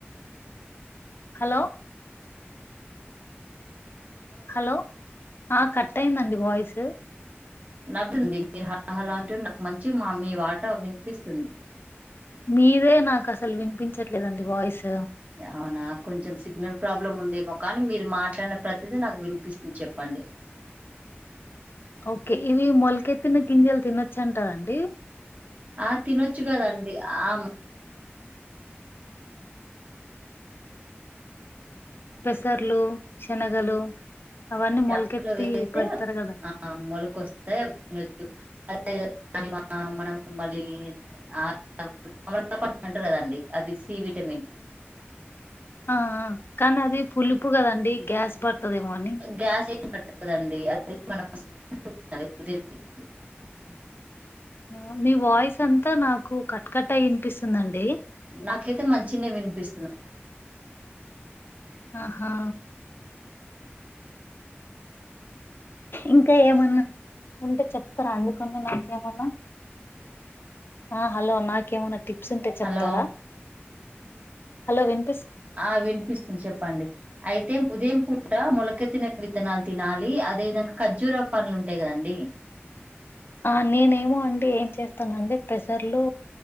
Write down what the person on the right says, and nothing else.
నాత్తుంది మీరు హ హలో అంటే నాకు మంచిగా మా మీ మాట వినిపిస్తుంది
అవునా కొంచెం సిగ్నల్ ప్రాబ్లమ్ ఉందేమో కానీ మీరు మాట్లాడిన ప్రతిదీ నాకు వినిపిస్తుంది చెప్పండి
ఆ తినొచ్చు కదండి ఆమ్
యట్లో
వేస్తే
ఆ మొల కొస్తాయ్ <unintelligible> మనం మళ్ళీ <unintelligible> అంటారు కదండి అది సి విటమిన్
గ్యాస్ పట్టదండి అది మనం <unintelligible>
నాకైతే మంచినే వినిపిస్తున్నా
హలో
ఆ వినిపిస్తుంది చెప్పండి అయితే ఉదయం పూట మొలకెత్తిన విత్తనాలు తినాలి అదేవిధంగా ఖర్జూర పండ్లు ఉంటాయి కదండీ